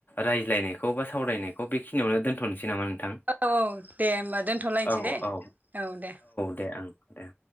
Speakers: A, on the left; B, on the right.
A: रायज्लायनायखौ बा सावरायनायखौ बेखिनियावनो दोनथ'नोसै नामा नोंथां
B: औ औ दे होमबा दोनथ'लायनोसै
A: औ
B: दे
A: औ
B: औ दे
A: दे ओं दे